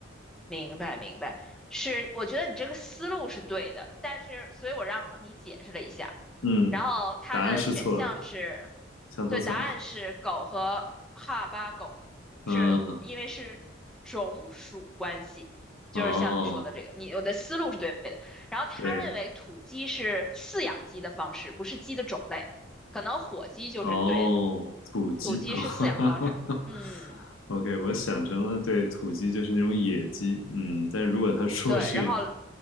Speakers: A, in the centre; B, on the left.
A: 明白，明白，是，我觉得你这个思路是对的，但是，所以我让你解释了一下，
B: 嗯，
A: 然后它的选项是，
B: 答案是错的，墙头草。
A: 对，答案是狗和哈巴狗，是因为是种属关系，
B: 嗯，
A: 就是像你说的这个，
B: 哦，
A: 你我的思路是对的。然后他认为土鸡是饲养鸡的方式，
B: 对，
A: 不是鸡的种类，可能火鸡就是对的，
B: 哦，土鸡啊，
A: 土鸡是饲养方式，
B: <laughs> 哈哈哈
A: 嗯，
B: OK，我想成了对土鸡就是那种野鸡，嗯，但如果他说是
A: 对，然后